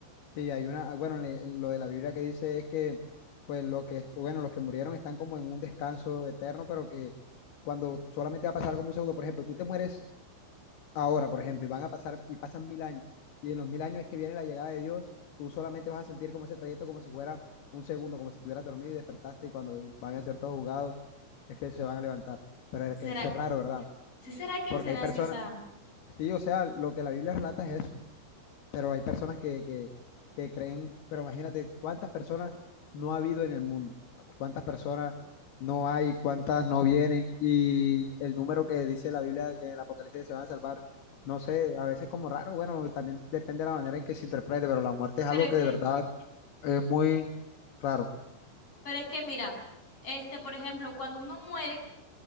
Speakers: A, on the left; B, on the left.
A: sí, hay una, ah, bueno, le- lo de la Biblia que dice es que, pues los que, bueno, los que murieron están como en un descanso eterno, pero que cuando solamente va a pasar como un segundo, por ejemplo, tú te mueres ahora, por ejemplo, y van a pasar, y pasan mil años, y en los mil años es que viene la llegada de Dios, tú solamente vas a sentir como ese trayecto como si fuera un segundo, como si estuvieras dormido y despertaste, y cuando van a ser todos jugados, es que se van a levantar, pero es que
B: ¿Será,
A: eso es raro, ¿verdad?
B: sí será que
A: Porque
B: será
A: hay personas,
B: así? O sea,
A: sí, o sea, lo que la Biblia relata es eso. pero hay personas que, que, que creen, pero imagínate cuántas personas no ha habido en el mundo, cuántas personas no hay, cuántas no vienen, y el número que dice la Biblia que en el Apocalipsis se van a salvar, no sé, a veces como raro, bueno, también depende de la manera en que se interprete, pero la muerte es
B: pero
A: algo
B: es
A: que
B: que,
A: de verdad es muy raro,
B: pero es que mira, este, por ejemplo, cuando uno muere